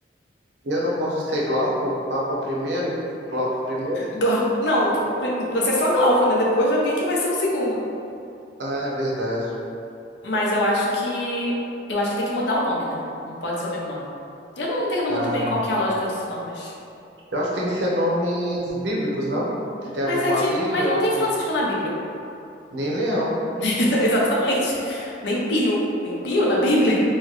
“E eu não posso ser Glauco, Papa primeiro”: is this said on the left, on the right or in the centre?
Right